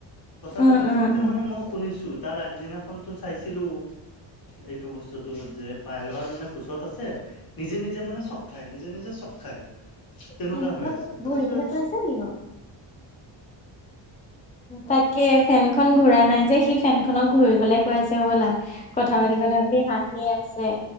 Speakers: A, on the left; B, on the left.
A: কথা
B: উম,
A: পাতি
B: উম,
A: থাকোতে
B: উম,
A: মানে মই শু শুনিছো তাৰ আগদিনাখনতো চাইছিলো এইটো বস্তুতো যে পাইলবাৰ মানে কৈ চত আছে। নিজে নিজে মানে চক খায়। নিজে নিজে চক খায়। তেনেকুৱা
B: ফেনখনক
A: হৈ আছে। তাৰপিছত
B: ঘূৰিবলৈ কৈ আছে নেকি বাৰু? তাকে ফেনখন ঘুৰা নাই যে, সি ফেন খনক ঘূৰিবলে কৈ আছে হ'বলা। কথা পাতি কথা পাতি হাঁহি আছে।